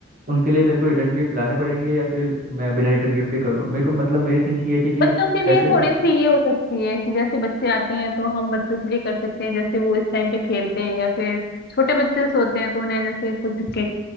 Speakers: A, on the right; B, on the left.
A: उनके लिए मेरे को रिटर्न गिफ्ट लाने पड़ेंगे या फिर मैं बिना रिटर्न गिफ्ट के कर लूँ मेरे को मतलब मेरी थिंकिंग ये थी कि
B: बच्चों के लिए
A: जैसे
B: थोड़ी सी ये हो सकती है कि जैसे बच्चे आते हैं तो हम बच्चों के लिए कर सकते हैं जैसे वो इस टाइम पे खेलते हैं या फिर छोटे बच्चे सोते हैं तो उन्हें जैसे कुछ के